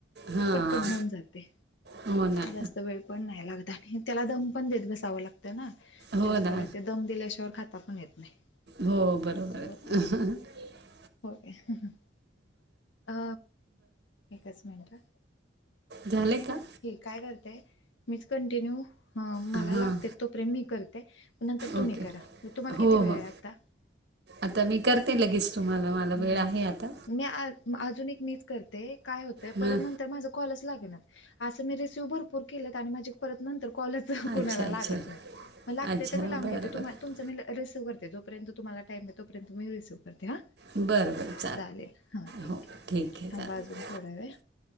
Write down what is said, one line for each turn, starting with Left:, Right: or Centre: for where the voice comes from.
Right: हां
Left: पटकन होऊन जातंय.
Right: हो ना
Left: जास्त वेळ पण नाही लागत. आणि त्याला दम पण देत बसावं लागत त ना,
Right: हो
Left: जास्त
Right: ना
Left: वेळ. ते दम दिल्याशिवाय, खाता पण येत नाही.
Right: हो, बरोबरय.
Left: असं होतं
Right: <unintelligible>
Left: होय. <unintelligible> अ, एकच मिनटं.
Right: झालंय, का?
Left: हे काय करताय? मीच कंटिन्यू ह, मला
Right: हां
Left: लागतेत तोपर्यंत मी करते. नंतर तुम्ही
Right: ओके
Left: करा. तुम्हाला
Right: हो
Left: किती वेळय?
Right: हो
Left: आता.
Right: आता मी, करते लगेच तुम्हाला. मला
Left: बरं.
Right: वेळ आहे आता
Left: मी आ अजून एक मीच करते. काय होतंय,
Right: हां
Left: परत नंतर माझं कालच लागेणात. असं मी रिसिव्ह भरपूर केलेत आणि माझे परत नंतर कॉलच, कोणाला
Right: अच्छा अच्छा
Left: लागत नाहीत. लागतंय
Right: अच्छा
Left: तर मी लावून
Right: बरं
Left: घेते. तुम
Right: बरं
Left: - तुमचं मी रिसव करते. तो पर्यंत तुम्हाला टाईमय तोपर्यंत, मी रिसीव करते. हा.
Right: बरं, बरं.
Left: चालेल, हा ठीकय.
Right: हो ठीक आहे
Left: थांबा
Right: चालेल
Left: अजून थोड्यावेळ.